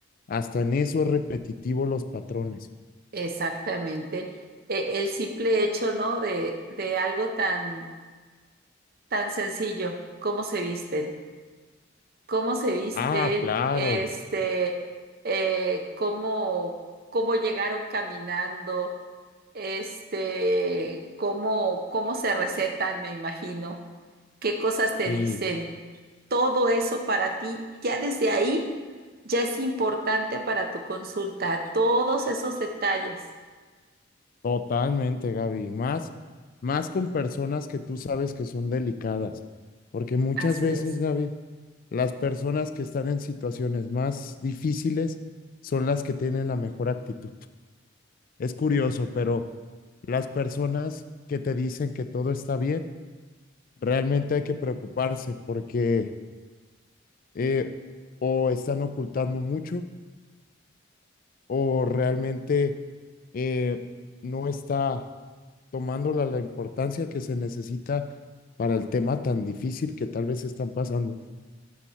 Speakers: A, on the left; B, on the right.
A: hasta en eso es repetitivo los patrones.
B: exactamente. E- el simple hecho, ¿no? De, de algo tan, tan sencillo, cómo se visten. cómo se visten,
A: Ah, claro.
B: este, eh, cómo, cómo llegaron caminando, este, cómo, cómo se recetan, me imagino, qué cosas te
A: Sí.
B: dicen. Todo eso para ti, ya desde ahí, ya es importante para tu consulta, todos esos detalles.
A: Totalmente, Gaby. Más, más con personas que tú sabes que son delicadas. Porque muchas
B: Así
A: veces,
B: es,
A: Gaby, las personas que están en situaciones más difíciles son las que tienen la mejor actitud. Es curioso, pero las personas que te dicen que todo está bien, realmente hay que preocuparse porque eh, o están ocultando mucho o realmente eh, no está. tomándola la importancia que se necesita para el tema tan difícil que tal vez están pasando.